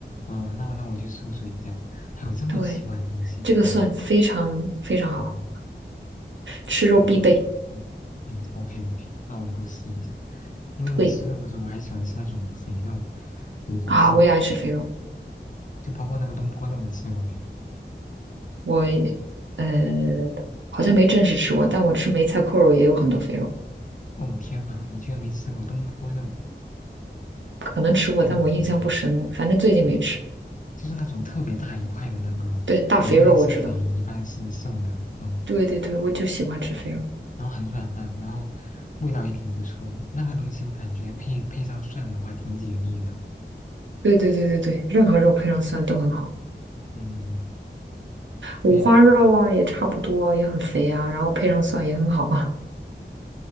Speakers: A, on the left (about 45°); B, on the right (about 80°).
A: 啊。那我那我去搜索一下，还有这么奇怪的东西。
B: 对。这个蒜非常非常好，
A: 哦，嗯，
B: 吃肉必备。
A: 好吧好吧，嗯嗯，OK OK，那我以后试一下。因为我吃肉的时候，
B: 对
A: 我还喜欢吃那种肥肉，五花肉，
B: 啊，我也爱吃肥肉，
A: 嗯，就包括那个东坡肉，你吃过没？
B: 我呃好像没正式吃过，但我吃梅菜扣肉也有很多肥肉，
A: 哦天呐，你居然没吃过东坡肉，
B: 可能吃过，
A: 难以置信。
B: 但我印象不深了，反正最近没吃。
A: 嗯。就是那种特别大一块的那个，
B: 对，大肥肉我知道。
A: 一半是肥，一半是瘦的，嗯，
B: 对对对，我就喜欢吃肥肉。
A: 然后很软烂，然后味道也挺不错。那个东西我感觉配配上蒜的话挺解腻的，
B: 对对对对对，任何肉配上蒜都很好，
A: 嗯，
B: 五花肉啊也差不多，
A: 还有
B: 也很肥啊，然后配上蒜也很好啊。